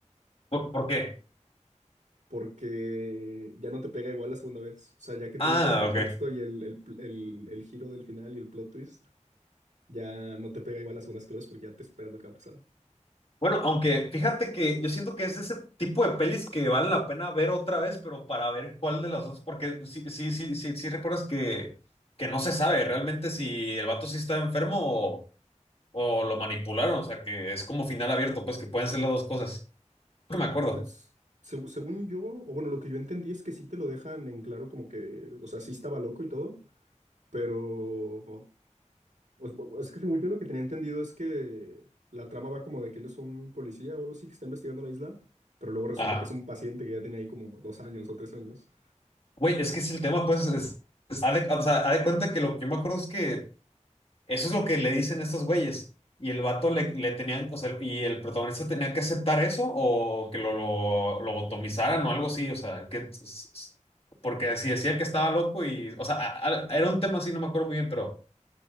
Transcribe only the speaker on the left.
¿Por, por qué?
Ah,
ok.
Bueno, aunque fíjate que yo siento que es ese tipo de pelis que vale la pena ver otra vez, pero para ver cuál de las dos, porque sí, sí, sí, sí, sí recuerdas que, que no se sabe realmente si el vato sí está enfermo o, o lo manipularon, o sea, que es como final abierto, pues que pueden ser las dos cosas. Creo que me acuerdo.
Ajá.
Güey, es que es el tema, pues, es, es- haz de- o sea, haz de cuenta que lo que yo me acuerdo es que Eso es lo que le dicen estos güeyes. Y el vato le, le tenían, o sea, y el protagonista tenía que aceptar eso o que lo, lo, lo lobotomizaran o algo así, o sea, que, s- s- porque si decían que estaba loco y, o sea, a- a- era un tema así, no me acuerdo muy bien, pero